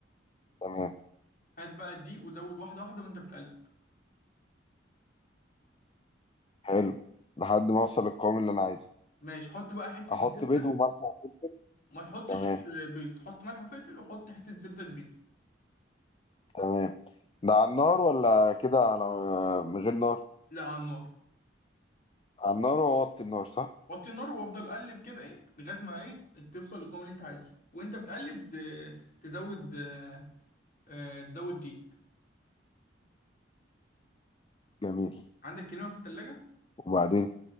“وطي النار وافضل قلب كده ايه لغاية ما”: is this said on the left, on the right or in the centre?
Left